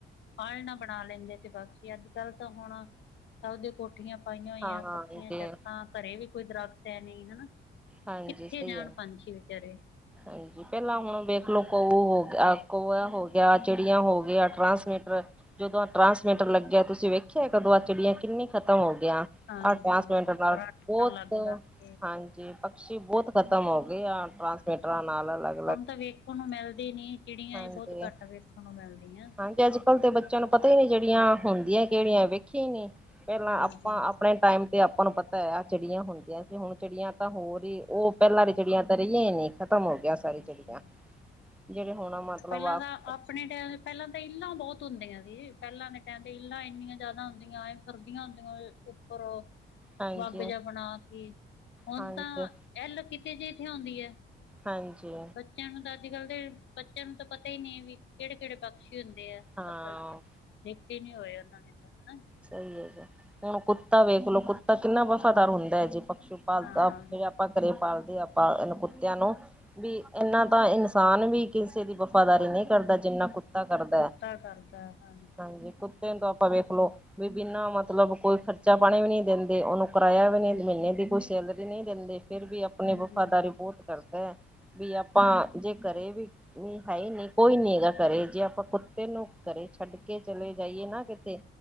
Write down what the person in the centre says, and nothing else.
ਹਾਂ ਹਾਂ
ਹਾਂਜੀ
ਸਹੀ
ਹੈ
ਹਾਂਜੀ ਪੈਲਾਂ ਹੁਣ ਵੇਖ ਲੋ ਕੋਊ ਹੋ ਗਿਆ, ਆ ਕਊਆ ਹੋ ਗਿਆ, ਚਿੜੀਆਂ ਹੋ ਗਿਆ ਟ੍ਰਾਂਸਮੀਟਰ ਜਦੋਂ ਆ ਟਰਾਂਸਮੀਟਰ ਲੱਗਿਆ ਤੁਸੀਂ ਵੇਖਿਆ ਕਦੋਂ ਆ ਚਿੜੀਆਂ ਕਿੰਨੀ ਖਤਮ ਹੋ ਗਿਆ।
ਆ ਟਾਂਸਮੀਟਰ ਨਾਲ
ਬੋਤ
ਹਾਂ
ਜੇ ਪਕਸ਼ੀ ਬੋਤ ਖਤਮ ਹੋ ਗੇ ਆ, ਟ੍ਰਾਂਸਮੀਟਰਾਂ ਨਾਲ ਲੱਗ
ਹਾਂਜੀ
ਹਾਂਜੀ ਅੱਜ ਕੱਲ੍ਹ ਤੇ ਬੱਚਿਆਂ ਨੂੰ ਪਤਾ ਈ ਨੀ ਜੇੜੀਆਂ ਹੁੰਦੀਆਂ ਕੇੜੀਆਂ, ਵੇਖੀਆ ਨੀ ਪੈਲਾਂ
ਆਪਾਂ ਆਪਣੇ ਟਾਈਮ ਤੇ ਆਪਾਂ ਨੂੰ ਪਤਾ ਐ ਆ ਚਿੜੀਆਂ ਹੁੰਦੀਆਂ ਸੀ, ਹੁਣ ਚਿੜੀਆਂ ਤਾਂ ਹੋਰ ਈ ਓ ਪੈਲਾਂ ਰੀ ਚਿੜੀਆਂ ਤਾ ਰਈਆ ਈ ਨੀ, ਖ਼ਤਮ ਹੋ ਗਿਆ
ਸਾਰੀ ਚਿੜੀਆ, ਜੇੜੇ ਹੁਣ ਆ ਮਤਲਬ
ਆਪ
ਹਾਂਜੀ
ਹਾਂਜੀ
ਹਾਂਜੀ।
ਹਾਂ
ਸਈ ਹੈਗਾ ਹੁਣ ਕੁੱਤਾ ਵੇਖ ਲੋ, ਕੁੱਤਾ ਕਿੰਨਾ ਵਫ਼ਾਦਾਰ ਹੁੰਦਾ ਐ ਜੀ ਪਸ਼ੂ ਪਾਲਤਾ
ਆਪੇ ਆਪ ਆਪਾਂ ਘਰੇ ਪਾਲਦੇ, ਆਪਾਂ ਏਨਾ ਕੁੱਤਿਆਂ ਨੂੰ। ਵੀ ਏਨਾ ਤਾਂ ਇਨਸਾਨ ਵੀ ਕਿਸੇ ਦੀ ਵਫ਼ਾਦਾਰੀ ਨੀ ਕਰਦਾ, ਜਿੰਨਾ ਕੁੱਤਾ ਕਰਦਾ।
ਹਾਂਜੀ ਕੁੱਤੇ ਨੂੰ ਤਾਂ ਆਪਾਂ ਵੇਖਲੋ। ਵੀ ਬਿਨਾਂ ਮਤਲਬ ਕੋਈ ਖਰਚਾ ਪਾਣੀ ਵੀ ਨੀ ਦਿੰਦੇ ਓਨੂੰ, ਕਿਰਾਇਆ ਵੀ ਨੀ, ਮੀਨੇ ਦੀ ਕੋਈ ਸੈਲਰੀ ਨੀ ਦਿੰਦੇ। ਫੇਰ ਵੀ ਆਪਣੀ
ਵਫ਼ਾਦਾਰੀ ਬੋਤ ਕਰਦਾ, ਵੀ ਆਪਾਂ ਜੇ ਘਰੇ ਵੀ ਨੀ ਹੈ ਨੀ ਕੋਈ ਨੀ ਹੈਗਾ ਘਰੇ ਜੇ ਆਪਾਂ ਕੁੱਤ ਕੁੁਤੇ ਨੁੰ ਘਰੇ ਛੱਡ ਕੇ ਚਲੇ ਜਾਈਏ ਨਾ ਕਿਤੇ